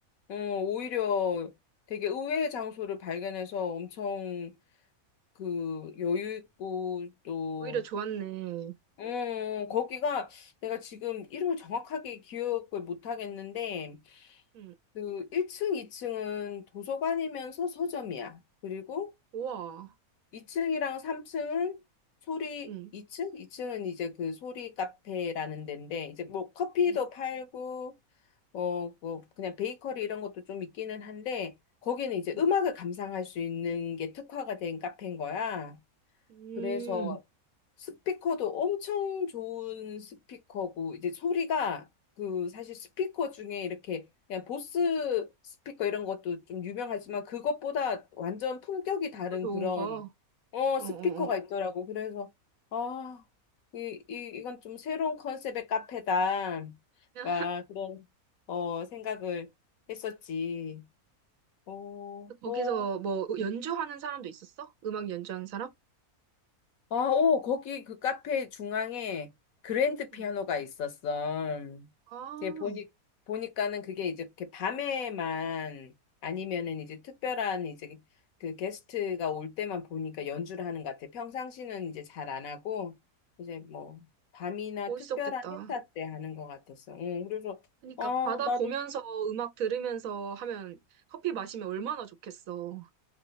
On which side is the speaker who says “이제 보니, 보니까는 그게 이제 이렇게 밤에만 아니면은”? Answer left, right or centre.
Left